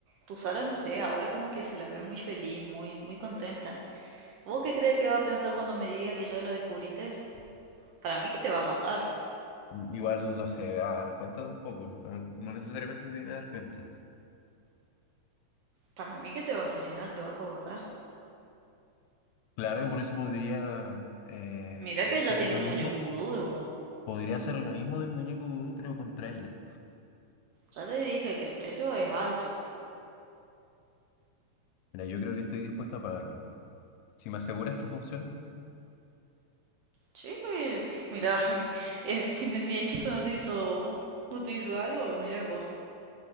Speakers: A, on the right; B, on the left.
A: tu Sara, no sé, ahora como que se la ve muy feliz, muy, muy contenta. ¿Vos qué crees que va a pensar cuando me diga que ya lo descubriste? Para mí que te va a matar.
B: igual no se va a dar cuenta tampoco. No, no necesariamente se tiene que dar cuenta.
A: Para mí que te va a asesinar, te va a cogotar.
B: Claro, por eso podría eh,
A: Mira que
B: hacer
A: ya tiene
B: lo
A: un
B: mismo.
A: muñeco vudú de vos.
B: Podría hacer lo mismo del muñeco vudú, pero contra ella.
A: Ya te dije que el precio es alto.
B: Mira, yo creo que estoy dispuesto a pagarlo. Si me aseguras que funciona,
A: Sí, mira, <laughs> eh, si no- mi hechizo no te hizo, no te hizo algo, mira vos,